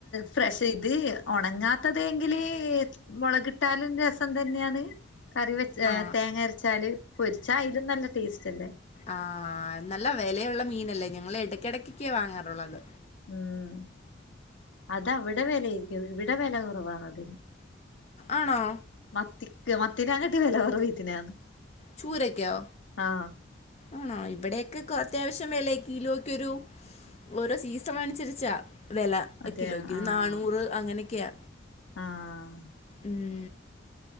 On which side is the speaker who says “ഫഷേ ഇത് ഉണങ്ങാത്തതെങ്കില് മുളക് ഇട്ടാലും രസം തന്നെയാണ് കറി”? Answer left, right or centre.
Left